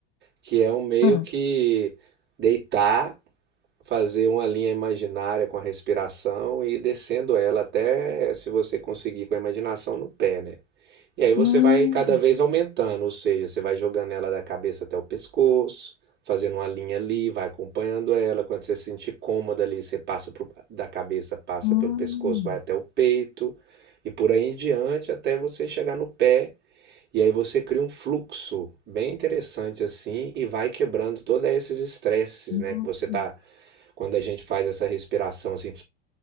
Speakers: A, on the right; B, on the left.
A: que é um meio
B: Hum.
A: que deitar fazer uma linha imaginária com a respiração e ir descendo ela até, se você conseguir com a imaginação, no pé, né? E aí você
B: Hum,
A: vai cada vez aumentando, ou seja, você vai jogando ela da cabeça até o pescoço, fazendo uma linha ali, vai acompanhando ela. Quando você se sentir cômoda ali, você passa pro- da cabeça, passa
B: hum,
A: pelo pescoço, vai até o peito, e por aí em diante até você chegar no pé e aí você cria um fluxo bem interessante assim e vai quebrando todos esses estresses,
B: hum.
A: né? Que você tá. Quando a gente faz essa respiração assim